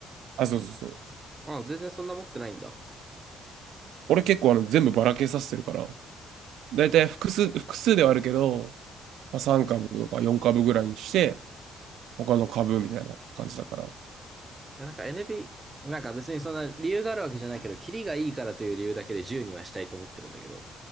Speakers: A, on the right (about 80°); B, on the right (about 25°).
A: あ、そうそうそう。
B: あ、全然そんな持ってないんだ。
A: 俺結構あの全部ばらけさせてるから、だいたい複数、複数ではあるけど、まあ、3株とか4株ぐらいにして、他の株みたいな感じだから。
B: いや、なんか NB、なんか別にそんな理由があるわけじゃないけど、キリがいいからという理由だけで10にはしたいと思ってるんだけど。